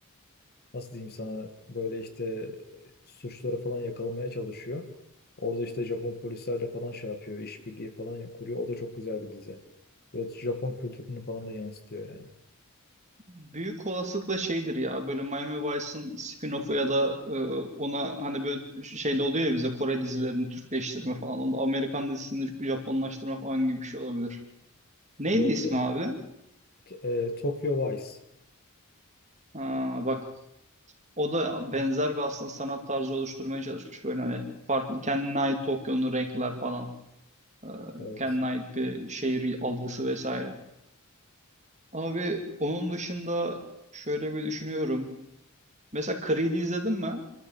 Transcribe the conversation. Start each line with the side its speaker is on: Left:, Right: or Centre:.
Left: nasıl diyeyim sana böyle işte e, suçları falan yakalamaya çalışıyor. Orada işte Japon polislerle falan şey yapıyor. işbirliği falan kuruyor. O da çok güzel bir dizi. Evet, Japon kültürünü falan da yansıtıyor yani.
Right: Büyük olasılıkla şeydir ya böyle Miami Vice'ın spin-off'u ya da e, ona hani böyle şeyde oluyor ya bize Kore dizilerini Türkleştirme falan. Onda Amerikan dizisini Japonlaştırma falan gibi bir şey olabilir. Neydi
Left: Evet
Right: ismi
Left: evet.
Right: abi?
Left: T- e, Tokyo Vice.
Right: Ha, bak o da benzer bir aslında sanat tarzı oluşturmaya çalışmış. Böyle hani farklı kendine ait Tokyo'nun renkler falan. e,
Left: Evet.
Right: kendine ait bir şehir algısı vesaire. Abi onun dışında şöyle bir düşünüyorum. Mesela Creed'i izledin mi?